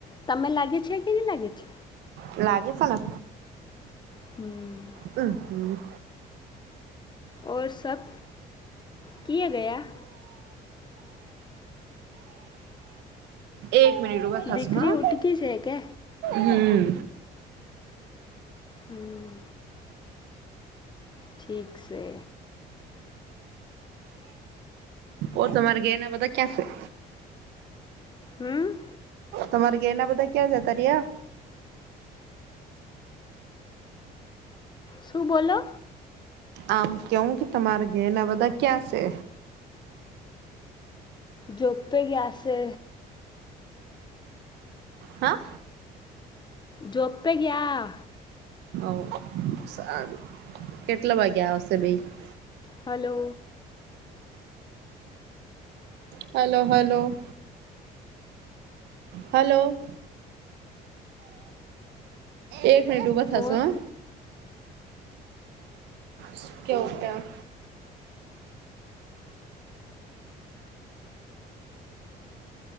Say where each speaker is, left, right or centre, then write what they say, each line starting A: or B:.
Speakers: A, on the left; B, on the right.
A: તમે લાગે છે. કે નહી લાગે છે?
B: લાગેસ ન.
A: હમ.
B: ઉમ હુ.
A: ઔર, સબ કિયે ગયા?
B: એક મિનિટ ઊભા થસ
A: દીકરી
B: હા,
A: ઉટકી છે કે
B: હમ્મ
A: હમ. ઠીક સે.
B: ઓ તમારે, ગેયના બધા ક્યાં સે?
A: હમ્મ
B: તમારે ઘેના બધા ક્યાં જતા રયા?
A: શું બોલો?
B: આમ કેવું કે તમારે ઘે ના બધા ક્યાં સે?
A: જોબપે ગયાસે.
B: હા
A: જોબપે, ગયા.
B: હ સારું કેટલા, વાગ્યા આવશે બેય?
A: Hello
B: hello, hello. હલો. એક મિનીટ ઉભા થશો,
A: ઓર
B: હ. શક્યો ઉઠા